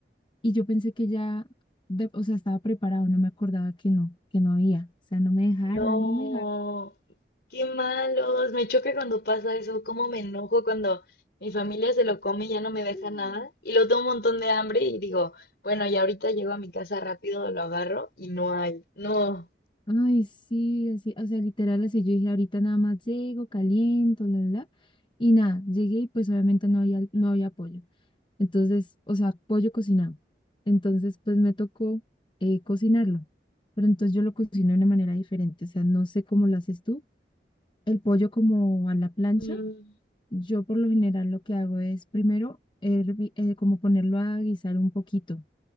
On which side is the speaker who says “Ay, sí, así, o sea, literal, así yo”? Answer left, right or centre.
Left